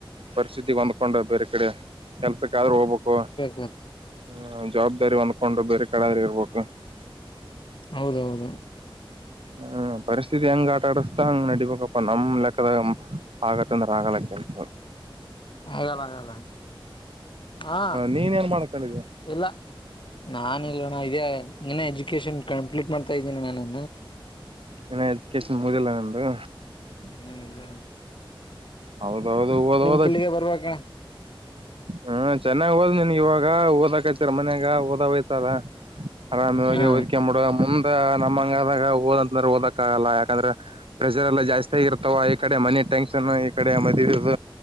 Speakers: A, on the right; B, on the left.
A: ಪರಿಸ್ಥಿತಿ ಹೊಂದ್ಕೊಂಡ ಬೇರೆ ಕಡೆ ಕೆಲ್ಸಕ್ಕ ಆದ್ರೂ ಹೋಗ್ಬೇಕು
B: ಹ
A: ಹ್ಮ ಜವಾಬ್ದಾರಿ ಹೊಂದ್ಕೊಂಡು ಬೇರೆ ಕಡೆಆದ್ರುವೆ ಇರ್ಬೇಕು
B: ಹೌದೌದು
A: ಹ್ಮ್ ಪರಿಸ್ಥಿತಿ ಹೆಂಗ ಆಟ ಆಡಿಸತಾ ಹಂಗ್ ನಡಡಿಬೇಕಪ್ಪ ನಮ್ ಲೆಕ್ಕ ದ ಆಗತ್ತಂದ್ರೆ ಆಗಲ್ಲ ಕೆಲಸ
B: ಹಲ್ಲ ಅಲ್ಲ ಹಾ
A: ನೀನ್ ಏನ್ ಮಾಡ್ಕೊಂಡಿದಿ
B: ಇಲ್ಲ ನಾನ ಇಲ್ಣ ಇದೇ ನಾನ ಎಜುಕೇಶನ್ ಕಂಪ್ಲೀಟ್ ಮಾಡ್ತಾ ಇದ್ದೀನಿ ನಾನ
A: ಇನ್ ಎಡಿಕೇಶನ್ ಮುುದಿಲ್ಲ ನಿಂದು
B: ಹ್ಮ್ ಇಲ್ಲಣ
A: ಹೌದೌದು ಹದ ಹದ
B: ಫೀಲ್ಡ್ಗೆ ಬರ್ಬೇಕಣ
A: ಹ್ಮ ಚೆನ್ನಾಗ್ ಹೋದ ನನ್ಗೆ ಇವಾಗ ಆ ಓದಕಚ್ಚರ ಮನ್ಯಾಗ ಓದ ವಯ್ಸದ ಆರಾಮವಾಗಿ
B: ಹಾ
A: ಓದ್ಕೆ ಮಾಡಡುವ ಮುಂದ ನಮ್ಮಂಗಾದಾಗ ಓದಂತಂದ್ರೆ ಓದಕ್ಕ ಆಗಲ್ಲ ಯಾಕಂದ್ರೆ ಪ್ರೆಸರ್ ಎಲ್ಲ ಜಾಸ್ತಿ ಆಗಿರ್ತಾವ ಈ ಕಡೆ ಮನೆ ಟ್ಯಾಂಕ್ ಈ ಕಡೆ ಮದುವ